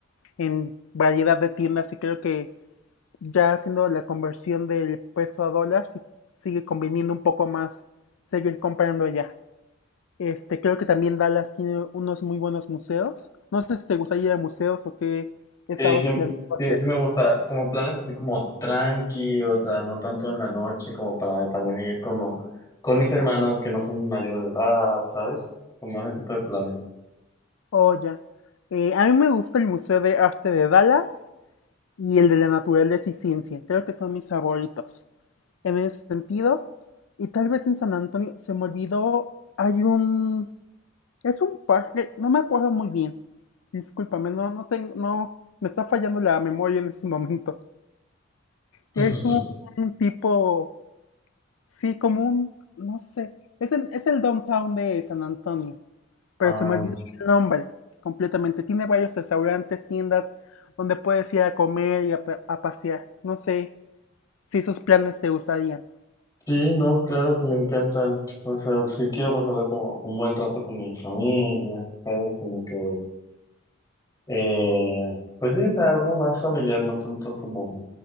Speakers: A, on the left; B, on the left.
A: En variedad de tiendas y creo que ya haciendo la conversión del peso a dólar, sí sigue conveniendo un poco más seguir comprando allá. Este, creo que también Dallas tiene unos muy buenos museos. No sé si te gustaría ir a museos o qué estabas
B: Sí, sí,
A: planeando hacer.
B: sí, sí me gusta. Como planes así como tranqui, o sea, no tanto en la noche, como para también ir como con mis hermanos que no son mayores de edad, ¿sabes? Como ese tipo de planes.
A: Oh, ya. Eh, a mí me gusta el Museo de Arte de Dallas y el de la Naturaleza y Ciencia. Creo que son mis favoritos. En ese sentido, y tal vez en San Antonio, se me olvidó, hay un Es un parque, no me acuerdo muy bien. Discúlpame, no, no tengo, no, me está fallando la memoria en esos momentos.
B: <laughs>
A: Es un tipo, sí, como un, no sé, es, en- es el downtown de San Antonio, pero
B: Ah,
A: se me olvidó el nombre completamente. Tiene varios restaurantes, tiendas donde puedes ir a comer y a, pa- a pasear. No sé si esos planes te gustarían.
B: sí, no, claro que me encantan. O sea, sí quiero pasarla como un buen rato con mi familia, ¿sabes? Como que, eh, pues sí, es algo más familiar, no tanto como...